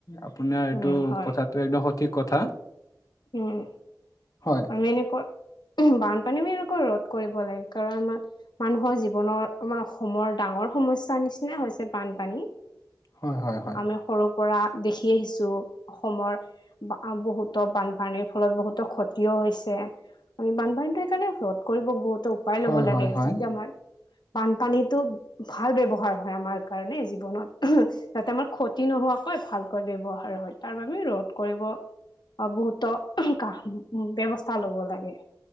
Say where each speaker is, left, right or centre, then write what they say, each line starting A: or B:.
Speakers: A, on the left; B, on the left.
A: আপোনাৰ এইটো
B: উম, হয়।
A: কথাটো একদম সঠিক কথা।
B: উম
A: হয়
B: এনেকোৱা বানপানী আমি এনেকোৱা ৰোধ কৰিব লাগে কাৰণ আমাৰ মানুহৰ জীৱনৰ আমাৰ অসমৰ ডাঙৰ সমস্যাৰ নিচিনা হৈছে বানপানী।
A: হয় হয় হয়
B: আমি সৰু পৰা দেখি আহিছো অসমৰ বা বহুতো বানপানীৰ ফলত বহুতো ক্ষতি হৈছে আমি বানপানীতো সেইকাৰণে ৰোধ কৰিব বহুতো পাই
A: হয়
B: ল'ব লাগে
A: হয় হয়
B: সঁচাকে আমাৰ বানপানীটো ভাল ব্যৱহাৰ হয় আমাৰ কাৰণে জীৱনত যাতে আমাৰ ক্ষতি নোহোৱাকৈ ভালকৈ ব্যৱহাৰ হয় তাৰ বাবে ৰোধ কৰিব অ বহুত কা ব্যৱস্থা লব লাগে।